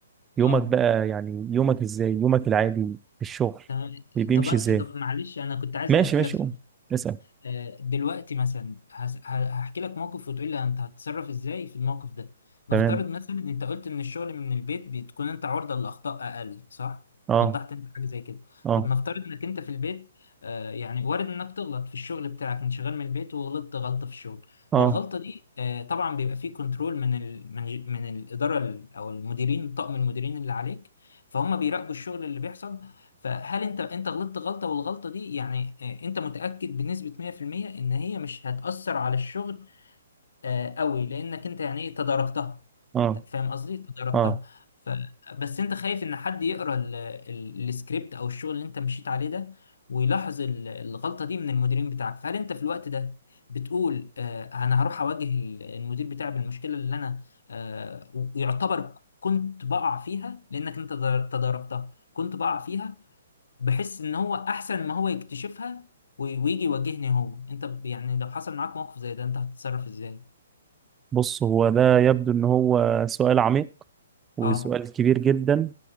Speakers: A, on the right; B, on the left.
A: يومك
B: اه
A: بقى يعني يومك ازاي يومك العادي في الشغل
B: تمام
A: بي- بيمشي
B: طب
A: ازاي
B: طب معلش انا كنت عايز
A: ماشي
B: اسالك
A: ماشي
B: سؤال
A: قول اسال
B: آه، دلوقتي مثلا هس- ه- هحكي لك موقف وتقول لي انت هتتصرف ازاي في الموقف ده نفترض
A: تمام
B: مثلا انت قلت ان الشغل من البيت بتكون انت عرضة للاخطاء اقل صح
A: اه
B: وضحت انت حاجه زي كده
A: اه
B: طب نفترض انك انت في البيت آه، يعني وارد انك تغلط في الشغل بتاعك انت شغال من البيت وغلطت غلطه في الشغل
A: اه
B: والغلطه دي آه، طبعا بيبقى فيه كنترول من ال من ج- من الاداره ال- او المديرين طاقم المديرين اللي عليك فهم بيراقبوا الشغل اللي بيحصل فهل انت انت غلطت غلطه والغلطه دي يعني آه، انت متاكد بنسبه 100% ان هي مش هتاثر على الشغل آه، قوي لانك انت يعني ايه تداركتها
A: اه
B: أنت فاهم قصدي تداركتها
A: اه
B: ف... بس انت خايف ان حد يقرا ال... ال... السكريبت او الشغل اللي انت مشيت عليه ده ويلاحظ ال- الغلطه دي من المديرين بتاعك فهل انت في الوقت ده بتقول آه، انا هروح اواجه ال- المدير بتاعي بالمشكله اللي انا آه، ويعتبر كنت بقع فيها لانك انت تداركتها كنت بقع فيها بحس ان هو احسن ما هو يكتشفها وي- ويجي يواجهني هو انت ب- يعني لو حصل معاك موقف زي ده انت هتتصرف ازاي
A: بص هو ده يبدو ان هو سؤال عميق وسؤال
B: اه
A: كبير جدا